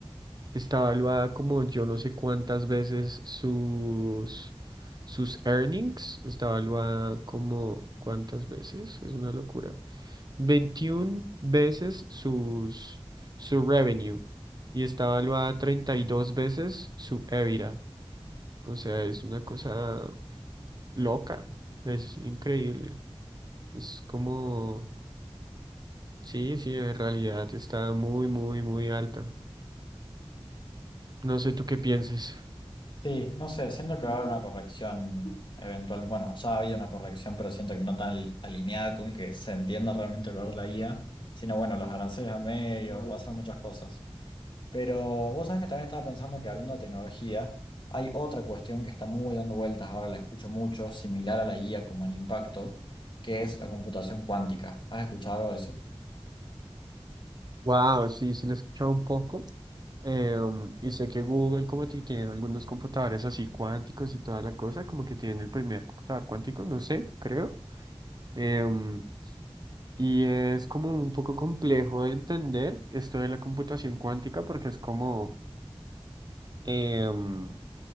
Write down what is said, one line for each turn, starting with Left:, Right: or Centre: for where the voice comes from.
Right: está evaluada como yo no sé cuántas veces sus, sus earnings, está evaluada como cuántas veces, es una locura. 21 veces sus, su revenue y está evaluada 32 veces su EBITDA. O sea, es una cosa loca, es increíble. Es como... Sí, sí, en realidad está muy, muy, muy alta. No sé tú qué pienses.
Left: Sí, no sé, siento que va a haber una corrección eventual. Bueno, ya ha habido una corrección, pero siento que no tan al- alineada con que se entienda realmente el valor de la IA, sino bueno, los aranceles al medio, va a ser muchas cosas. Pero vos sabés que también estaba pensando que hablando de tecnología, hay otra cuestión que está muy dando vueltas, ahora la escucho mucho, similar a la IA como en impacto, que es la computación cuántica. ¿Has escuchado algo de eso?
Right: Wow, sí, sí lo he escuchado un poco. Eh, um, y sé que Google como que tiene algunos computadores así cuánticos y toda la cosa, como que tiene el primer computador cuántico, no sé, creo. Eh, um, y es como un poco complejo de entender esto de la computación cuántica porque es como, eh, um,